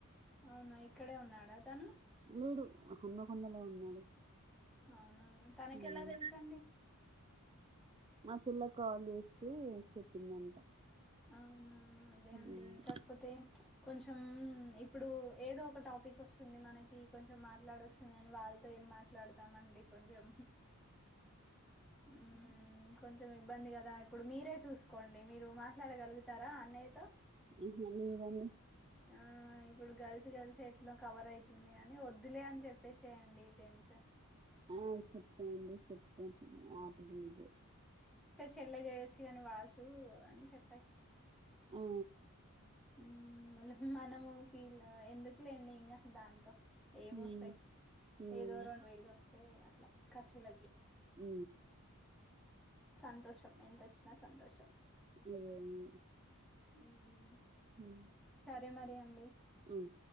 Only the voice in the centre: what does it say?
అవునా ఇక్కడే ఉన్నాడా తను
అవునా తనకి
ఎలా తెలుసండి
అవునా అదే
అండి కాకపోతే కొంచెం ఇప్పుడు ఏదో ఒక టాపిక్ వస్తుంది మనకి కొంచెం మాట్లాడొస్తుంది అని వాళ్ళతో మాట్లాడుతామండి కొంచెం ఊ కొంచెం ఇబ్బంది కదా ఇప్పుడు మీరే చూసుకోండి మీరు మాట్లాడగలుగుతారా అన్నయ్యతో
ఆ ఇప్పుడు గల్స్ గల్సే ఏట్ లో కవర్ అయితుంది అని వద్దులే అని చెప్పేసేయంండి జెంట్స్
చెల్ల చేయొచ్చు కాని వాసు అని చెప్
ఉమ్ మల్ల మనము ఫీల్ ఎందుకులేండి ఇంగ దాంతో ఏం
వస్తాయి
ఏదో రెండు వేలు వస్తాయి అట్లా ఖర్చులకి
సంతోషం ఎంతొచ్చినా సంతోషం
మ్ ఉ
సరే మరి అండి